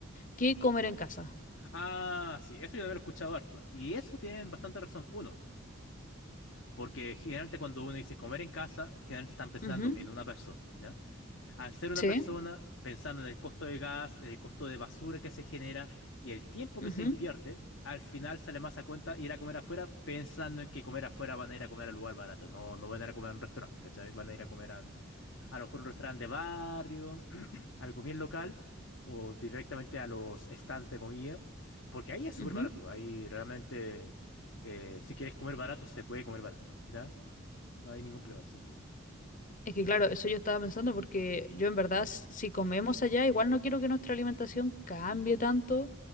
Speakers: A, on the left; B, on the left.
A: ¿Qué comer en casa?
B: Ah, sí, eso yo lo he escuchado harto. Y eso tienen bastante razón. Uno, porque generalmente cuando uno dice comer en casa, generalmente están pensando
A: Ujú,
B: en una persona, Al ser una
A: Sí.
B: persona, pensando en el costo de gas, el costo de basura que se genera y el tiempo
A: ujú,
B: que se invierte, al final sale más a cuenta ir a comer afuera pensando en que comer afuera van a ir a comer al lugar barato. No, no van a ir a comer a un restaurante, ¿cachai? Van a ir a comer a, un- a lo mejor un restaurante de barrio, <clears throat> algo bien local o directamente a los stands de comida, porque ahí es súper
A: ujú.
B: barato. Ahí realmente, eh, si quieres comer barato, se puede comer barato, ¿ya? No hay ningún problema en ese sentido.
A: Es que claro, eso yo estaba pensando porque yo en verdad, s- si comemos allá, igual no quiero que nuestra alimentación cambie tanto.